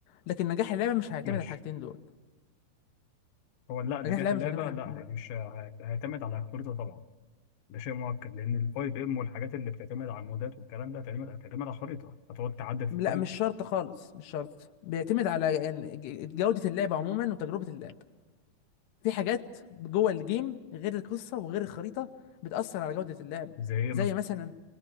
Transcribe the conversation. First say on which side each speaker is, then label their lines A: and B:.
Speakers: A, on the left (about 85°); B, on the left (about 75°).
A: لكن نجاح اللعبه مش هيعتمد
B: ماشي
A: على الحاجتين دول
B: هو لا نجاح
A: نجاح اللعبه
B: اللعبة
A: مش هيعتمد على
B: لا
A: الحاجتين دول
B: مش هيت- هيعتمد على الخريطة طبعا ده شيء مؤكد لأن الفايف ام والحاجات اللي بتعتمد على المودات والكلام ده هتعتمد هتعتمد على الخريطة هتقعد تعدل في
A: لا
B: الخريطة
A: مش شرط خالص مش شرط بيعتمد على ال- ج- جوده اللعبه عموما وتجربه اللعب في حاجات جوه الجيم غير القصه وغير الخريطه بتاثر على جوده اللعب
B: زي إيه
A: زي
B: مثلا؟
A: مثلا